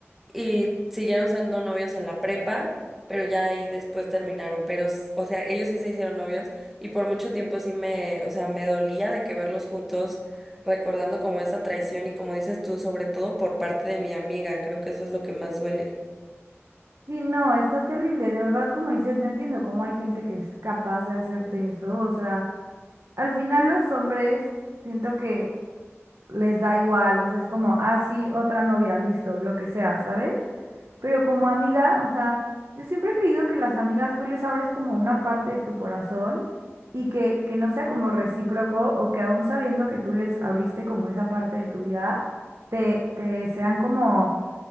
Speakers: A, in the centre; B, on the right.
A: Y siguieron siendo novios en la prepa, pero ya ahí después terminaron. Pero, s- o sea, ellos sí se hicieron novios y por mucho tiempo sí me, o sea, me dolía de que verlos juntos, recordando como esa traición y como dices tú, sobre todo por parte de mi amiga, creo que eso es lo que más duele.
B: Sí, no, está terrible, de verdad, como dices, no entiendo cómo hay gente que es capaz de hacerte eso, o sea, al final los hombres siento que les da igual, o sea, es como, ah, sí, otra novia, listo, lo que sea, ¿sabes? Pero como amiga, o sea, yo siempre he creído que las amigas tú les abres como una parte de tu corazón y que, que no sea como recíproco o que aún sabiendo que tú les abriste como esa parte de tu vida, te, te sean como,